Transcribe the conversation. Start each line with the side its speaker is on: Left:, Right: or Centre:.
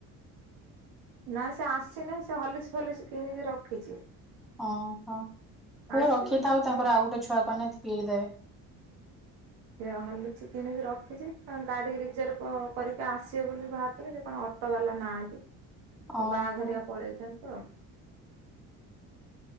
Right: ନାାଇଁ ସେ ଆସିନାହିଁ। ସେ ହଲସ ଭଲସ କିଣିକି ରଖିଛି।
Centre: ଓ ହଁ କୁହ
Right: ଆସିବ
Centre: ରଖିଥାଉ।
Right: ତା ସେ
Centre: ତାଙ୍କର ଆଉ ଗୋଟେ ଛୁଆ କେ <unintelligible> ପିଇ ଦେବେ।
Right: ସେ ହର୍ଲିକସ୍ କିଣିକି ରଖିଛି ତାଙ୍କ ଗାଡି ରିଜର୍ଭ କରିକି ଆସିବେ ବୋଲି ବାହାରିଥିଲେ ସେ କଣ ଫଟୋ ବାଲା ନାହାନ୍ତି
Centre: ଓହୋ।
Right: ବାହାଘରିଆ ପଳେଇଛନ୍ତି ତ